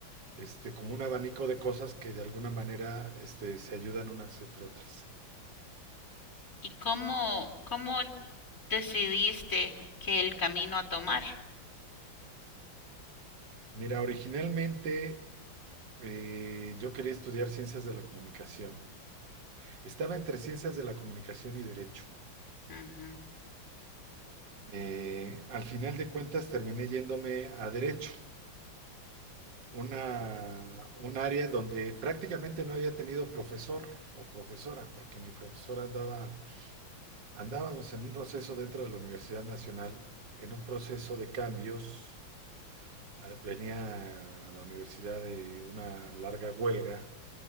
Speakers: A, on the right; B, on the left.
A: este, como un abanico de cosas que de alguna manera este, se ayudan unas entre otras.
B: ¿Y cómo, cómo decidiste que el camino a tomar?
A: Mira, originalmente eh, yo quería estudiar ciencias de la comunicación. Estaba entre ciencias de la comunicación y derecho.
B: Ujú,
A: Eh, al final de cuentas terminé yéndome a derecho, una, un área donde prácticamente no había tenido profesor o profesora, porque mi profesora andaba, andábamos en un proceso dentro de la Universidad Nacional, en un proceso de cambios Ah, Venía a la universidad de una larga huelga